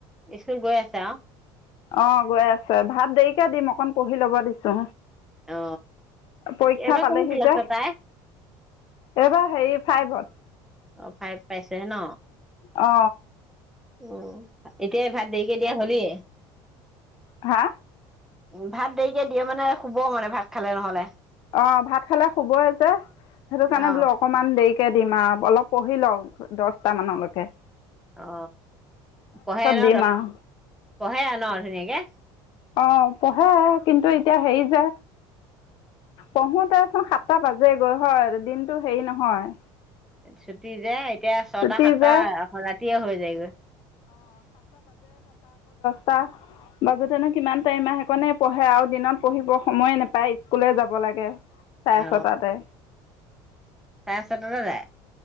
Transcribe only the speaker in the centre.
স্কুল গৈ আছে আৰু
অ
এইবাৰ
কোন ক্লাছত
তাই
অ ফাইভ পাইছেহে ন
উম এতিয়াই ভাত দেৰিকে দিয়া সলিয়ে
ভাত দেৰিকে দিয়ে মানে শুব মানে ভাত খালে নহলে
অ
অ পঢ়ে ন
দছ
পঢ়ে আও ন ধুনীয়াকে
ছুটি যে এতিয়া ছটা
সাতটা
ৰাতিয়ে হৈ যায়গৈ
অ
চাৰে ছ টাতে যায়